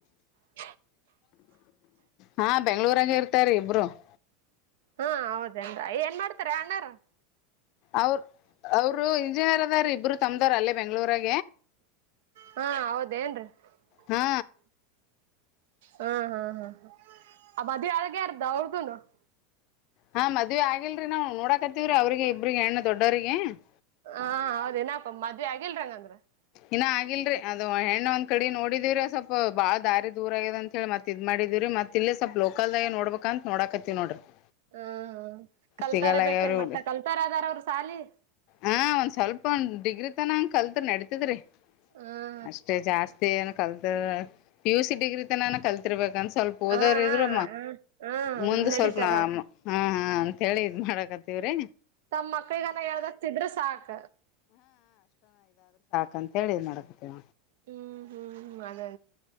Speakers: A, on the right; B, on the left.
A: <unintelligible>
B: ಹಾ, ಬೆಂಗಳೂರಾಗ, ಇರ್ತಾರೀ ಇಬ್ರು. <unintelligible>
A: ಹಾ, ಹೌದೇನ್, ಏನ್ ಮಾಡ್ತಾರ, ಅಣ್ಣಾವಾರು. <inaudible>
B: ಅವ್ರ, ಅವರು ಇಂಜಿನಿಯರ್, ಅದಾರ ಇಬ್ರು ತಮ್ದಾರ ಅಲ್ಲೇ? <inaudible> ಬೆಂಗಳೂರು. <inaudible>
A: ಹಾ, ಹೌದೇ, ಏನ್ರಿ. <unintelligible>
B: ಹಾ
A: ಹ್ಮ್, ಹ್ಮ್, ಹ್ಮ್, ಹ ಆ ಮದುವೆಳಗಾರ್ದ ಅವ್ರದುನು. <unintelligible>
B: ಹಾ, ಮದುವೆ, ಆಗಿಲ್ರಿ, ನಾವು. <unintelligible> ನೋಡಾಕತಿವ್ರೀ, ಅವ್ರಿಗೆ, ಇಬ್ರಿಗೆ, ಹೆಣ್ಣು, ದೊಡ್ಡವರಿಗೆ. <inaudible>
A: ಹಾ, ಹೌದನಾ, ಮದ್ವೆ ಆಗಿಲ್ಲಾರಿ, ಹ್ಯಾಂಗೆಂದರೆ. <inaudible>
B: ಇನ್ನ ಆಗಿಲ್ರಿ, ಅದು ಹೆಣ್ಣು, ಒಂದ್ ಕಡೆ ನೋಡಿದೀವ್ರೀ! ಸ್ವಲ್ಪ ಬಾಳ ದಾರಿ ದೂರ ಆಗದೇ, ಅಂತ ಹೇಳಿ, ಮತ್ ಇದ್ ಮಾಡಿದೀವಿರಿ! ಮತ್ ಇಲ್ಲಿ ಸ್ವಲ್ಪ್ ಲೋಕಲ್ದಾಗ ನೋಡ್ಬೇಕ, ಅಂತ ನೋಡಾಕತ್ತವ ನೋಡ್ರಿ. <inaudible>
A: ಹ್ಮ, ಕಲ್ತಾರ
B: ಸಿಗಲ್ಲ
A: ಬೇಕೆನ್
B: ಆಗ್ಯಾವ್ರಿ ಹುಡ್ರಿ
A: ಮತ್ತ ಕಲ್ತಾರ ಅದಾರ ಅವ್ರ, ಸಾಲಿ. <inaudible>
B: ಹಾ ಒಂದ್ ಸ್ವಲ್ಪ ಒಂದು, ಡಿಗ್ರಿ, ತನ, ಕಲ್ತ್, ನಾಡಿ. <inaudible> ಹೇಳಿದ್ರಿ. <inaudible>
A: ಹಾ
B: ಅಷ್ಟೇ, ಜಾಸ್ತಿ, ಏನ್ ಕಲ್ತ. <inaudible> ಹ. <inaudible> P, U, C. ಡಿಗ್ರಿ ತನಕ, ಕಲಿತ್ರುಬೇಕು, ಸ್ವಲ್ಪ ಓದೋದ್ರು
A: ಹಾ ಹಾ ಹಾ ಹ್ಮ್
B: ಮುಂದ್,
A: ನಡೀತದ
B: ಸ್ವಲ್ಪ, ನ, ಹ. <inaudible> ಹಾ ಅಂತ ಹೇಳಿ ಇದ್ ಮಾಡಕಂತ್ವ್ರೀ
A: ತಮ್ಮ್ ಮಕ್ಳಿಗನ ಎಳಸ್ತಿದ್ರೆ ಸಾಕ.
B: ಕಂತ್ ಹೇಳಿ ಏನ್ ಮಾಡಾಕತ್ತಿವ
A: ಹ್ಮ್ ಹ್ಮ್ <unintelligible>